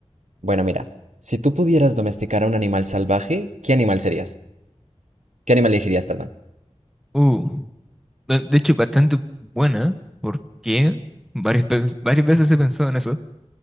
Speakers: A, on the right; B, in the centre.
A: Bueno, mira, si tú pudieras domesticar a un animal salvaje, ¿qué animal serías? ¿Qué animal elegirías, perdón?
B: Uh, de de hecho, bastante buena, porque varias, pe- varias veces he pensado en eso.